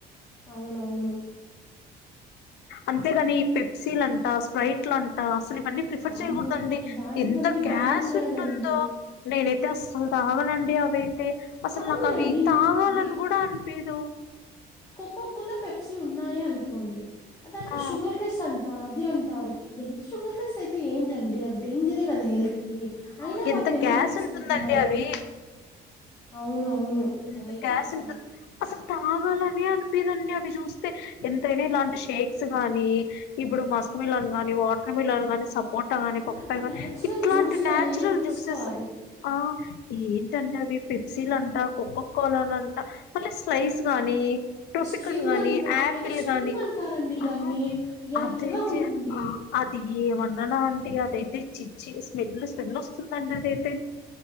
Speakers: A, on the left; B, on the left.
A: అవునవును
B: అంతేగాని పెప్సీ లంట స్ప్రిటులంట అసలు మనీ ప్రిఫర్
A: వామ్మో!
B: చేయకూడదండి
A: ఇలాంటివన్నీ
B: ఎంత గ్యాస్
A: బ్యాన్ చేయాలండి.
B: ఉంటుందో నేనైతే అసలు తాగనండి అవి అతే అసలు
A: కానీ
B: నాకు అవి
A: అండి ఇంకొకటి
B: తాగాలని కూడా అనిపిదు
A: కోకో కొలా పెప్సీ ఉన్నాయే అనుకోండి దాంట్లో
B: ఆ
A: షుగర్లెస్ అంటా అది అంటారు ఎంత షుగర్లెస్ అయితే ఏంటండి అవి డేంజరే కదా హెల్త్
B: ఆ,
A: అయినా
B: ఎంత
A: వాటిని ఎందుకు
B: గ్యాస్
A: తీసుకుంటున్నారు
B: ఉంటుందండి అవి
A: అవును అవును
B: ఎంత
A: అదైతే
B: గాస్
A: నిజమండి
B: <unintelligible> తాగాలని అనిపిదండి అవి చూస్తే ఎంతైనా ఇలాంటి షేక్స్ గానీ ఇప్పుడు మస్క్ మిల్లన్ గానీ వాటర్ మిల్లన్ కాని సబ్ పూట కాని
A: ఇలాంటి
B: పప్పాయి కానీ
A: న్యాచురల్
B: ఇట్లాంటి
A: జ్యూసులు
B: నన్చురల్
A: అనేవి తీసుకోవాలి
B: జ్యూసెస్ ఆ ఏ <unintelligible> కోకో కోలా అని అంట మళ్ళీ స్లైస్ గానీ టొపికన్
A: స్ట్రింగ్
B: గాని
A: అంటా
B: యాపిల్
A: ఏదో స్ట్రింగ్
B: గాని
A: అంటారండి
B: ఆహా
A: దాన్ని ఎర్రగుంటుంది
B: అదైతే ఆ అది ఏమన్నానా అంటీ అదైతే చిచ్చి స్మెల్ స్మెల్ వస్తుందండి అదైతే